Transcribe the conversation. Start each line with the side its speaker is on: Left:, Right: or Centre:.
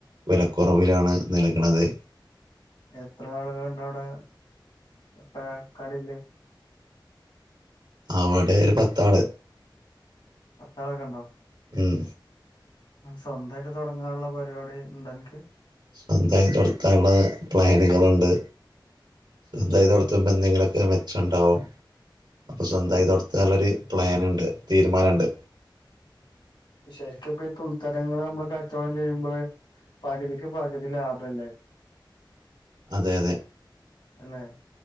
Right: വെലക്കൊറവിലാണ് നൽക്ണത്.
Left: എത്ര ആളുകളണ്ടവടെ ക കടയില്?
Right: അവടെ ഒരു പത്താള്
Left: പത്താളൊക്കെണ്ടോ?
Right: ഉം
Left: സ്വന്തായിട്ട് തൊടങ്ങാള്ള പരിപാടിണ്ടോ അൻക്ക്?
Right: സ്വന്തായി തൊടത്താനുള്ള പ്ലാന്കള്ണ്ട്. സ്വന്തായി തൊട്ത്തുമ്പോ എന്തെങ്കിലക്കെ മെച്ചണ്ടാവും.
Left: ഉം
Right: അപ്പ സ്വന്തായി
Left: അങ്ങനെ
Right: തൊട്ത്താള്ളൊരു പ്ലാൻണ്ട് തീരുമാനണ്ട്.
Left: ശരിക്കുംപ്പ ഈ തുണത്തരങ്ങള് മ്മള് കച്ചോടം ചെയ്യുമ്പള് പകുതിക്ക് പകുതി ലാഭല്ലേ
Right: അതെ അതെ
Left: എല്ലേ?